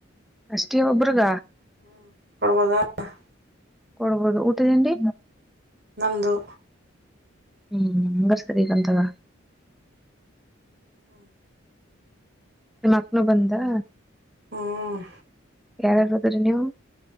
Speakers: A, in the centre; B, on the right.
A: ಅಷ್ಟೇ ಒಬ್ರಗ.
B: ಹ್ಮ ಕೊಡ್ಬೋದಾ ಹ್. <unintelligible>
A: ಕೊಡ್ಬೋದು ಊಟತಿಂಡಿ
B: ನಮದು.
A: ಹ್ಮ್ ಮಂಗರ್ ಸರಿ ಬಂತಾಗ. <unintelligible>
B: ಹ್ಮ್.
A: ನಿ ಮಕ್ನು ಬಂದಾ.
B: ಹ್ಮ್.
A: ಯಾರಾರದರ <unintelligible> ನೀವು.